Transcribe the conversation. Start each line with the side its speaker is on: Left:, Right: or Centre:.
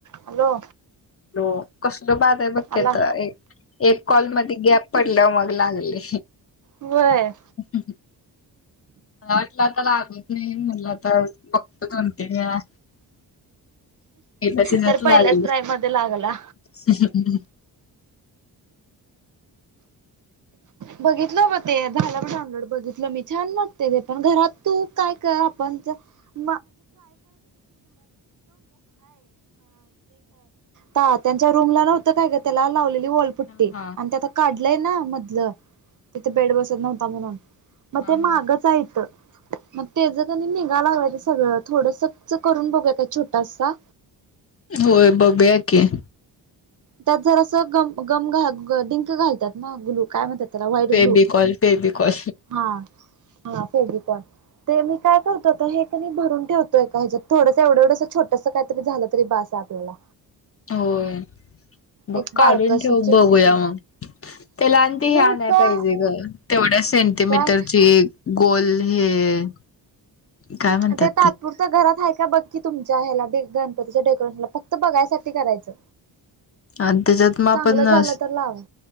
Right: Hello!
Left: हो कसल बाद आहे बघ
Right: आला
Left: की आता एक, एक कॉल मध्ये गॅप पडल्याव मग लागलीय.
Right: होय.
Left: <inaudible> मला वाटलं आता लागलं की नाही म्हणलं आता बघतो दोन, तीन वेळा. पहिल्याच हेच्यात
Right: तर
Left: लागलं.
Right: पहिल्याच ट्राय मध्ये लागला.
Left: <unintelligible>
Right: बघितलं बघ ते झालं डाऊनलोड बघितलं मी छान वाटतंय ते पण, घरात तू काय कर आपण जर. <inaudible> तात्यांच्या रूमला नव्हतं काय ग त्याला लावलेली वॉलपुट्टी,
Left: हा
Right: आणि ते आता काढलंय ना मधलं. तिथं बेड बसत नव्हता म्हणून, मग
Left: हा
Right: ते
Left: हा
Right: मागच हायत. मग त्याज कनी निगा लागायल सगळं, थोडसच करून बघूया काय छोटासा.
Left: होय बघुया की.
Right: त्यात जरासं गम, गम घाल डिंक घाल त्यात महा गुलू काय म्हणतात. त्याला व्हाईट
Left: फेबिकॉल
Right: ग्लु,
Left: फेबिकॉल
Right: हा हा फेविकॉल. ते मी काय करतो तर हे कीनी भरून ठेवतोय एका ह्याच्यात, थोडसं एवढं एवढंसं छोटंस काय. झालं तरी बासय आपल्याला.
Left: होय. मग
Right: एक
Left: काढून
Right: बारकस
Left: ठेव
Right: चिंटकू
Left: बघूया
Right: पेन
Left: मग, त्याला
Right: हा
Left: आणि ती ही
Right: मी
Left: आणाय
Right: का
Left: पाहिजे ग, तेवढ्या सेंटीमीटरची
Right: का
Left: गोल हे, काय म्हणतात
Right: ते तातपूरती. त घरात आहे का बघ की तुमच्या, ह्याला गणपतीच्या डेकोरेशनला फक्त बघायसाठी करायचं.
Left: आणि त्याच्यात मग आपण
Right: चांगलं
Left: ना.
Right: झालं तर लावा